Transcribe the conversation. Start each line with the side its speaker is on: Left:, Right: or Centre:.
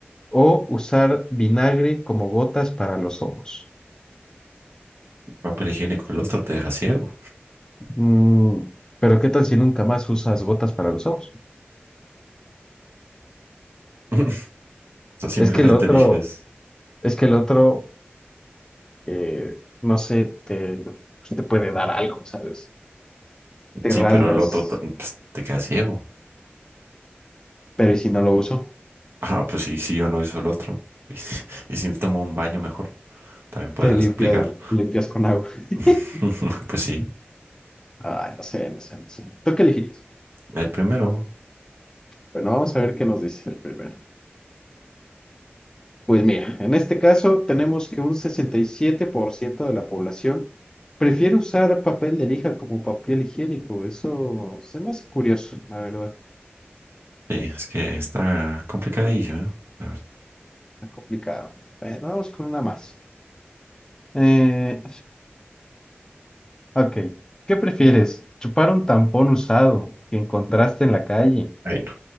Left: o usar vinagre como gotas para los ojos.
Right: papel higiénico, el otro te deja ciego.
Left: Mm, pero ¿qué tal si nunca más usas gotas para los ojos?
Right: <laughs> O sea, simplemente
Left: Es que el otro,
Right: eliges,
Left: es que el otro, eh, no sé, te, te puede dar algo, ¿sabes? Te
Right: sí,
Left: rasgas,
Right: pero el otro ta- pues, te queda ciego.
Left: pero ¿y si no lo uso?
Right: Ah, pues sí, si yo no hizo el otro. Y, si <laughs> y si me tomo un baño mejor, también podrás
Left: Te limpias,
Right: aplicar.
Left: limpias con agua. <laughs>
Right: <laughs> Pues sí,
Left: Ay, no sé, no sé, no sé. ¿Tú qué elegirías?
Right: el primero,
Left: Bueno, vamos a ver qué nos dice el primero. Pues mira, en este caso tenemos que un 67% de la población prefiere usar papel de lija como papel higiénico. Eso se me hace curioso, la verdad.
Right: sí, es que está complicadillo, ¿eh? La verdad.
Left: Está complicado. Eh, vamos con una más. Eh, ok, ¿qué prefieres? ¿Chupar un tampón usado que encontraste en la calle
Right: Ay, no.